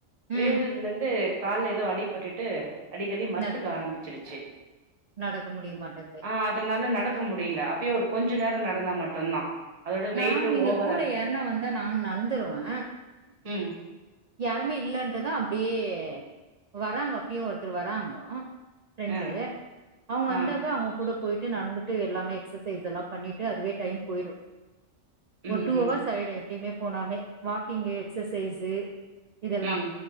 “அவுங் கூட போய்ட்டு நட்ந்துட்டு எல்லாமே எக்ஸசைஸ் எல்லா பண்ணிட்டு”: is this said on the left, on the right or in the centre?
Right